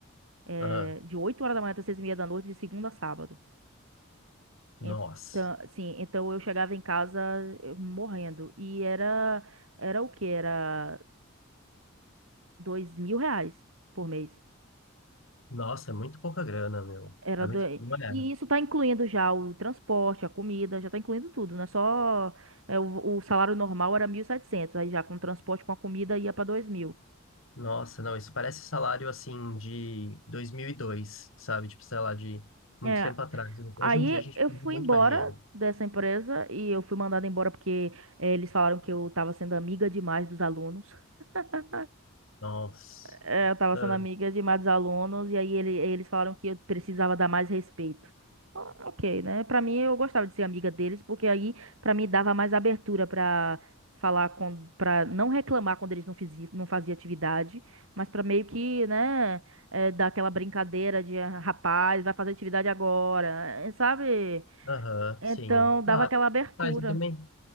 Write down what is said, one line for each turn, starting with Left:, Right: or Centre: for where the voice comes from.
Right: É,
Left: aham.
Right: de 8 horas da manhã até 6 e meia da noite, de segunda a sábado.
Left: Nossa.
Right: Então, sim, então eu chegava em casa eh, morrendo. E era, era o quê? Era dois mil reais por mês.
Left: Nossa, é muito pouca grana, meu.
Right: Era
Left: É muito.
Right: do... E
Left: Não é?
Right: isso tá incluindo já o transporte, a comida, já tá incluindo tudo, não é só... é, o, o salário normal era 1.700 aí já com o transporte, com a comida ia pra dois mil
Left: Nossa, não, isso parece salário assim de 2002, sabe? Tipo, sei lá, de muito
Right: É,
Left: tempo atrás. Hoje
Right: aí
Left: em dia a gente
Right: eu
Left: precisa
Right: fui
Left: de muito
Right: embora
Left: mais dinheiro.
Right: dessa empresa e eu fui mandada embora porque eh, eles falaram que eu tava sendo amiga demais dos alunos. <laughs>
Left: Nossa.
Right: É, eu tava
Left: Ah,
Right: sendo amiga de mais alunos e aí ele- eles falaram que eu precisava dar mais respeito. Ah, Ok, né? Pra mim eu gostava de ser amiga deles porque aí pra mim dava mais abertura pra falar com para não reclamar quando eles não fizi, não faziam atividade, mas pra meio que, né, é, dar aquela brincadeira de "Ah, rapaz, vai fazer atividade agora, eh, sabe?
Left: Aham,
Right: Então
Left: sim.
Right: dava
Left: Claro,
Right: aquela abertura.
Left: mas eu também,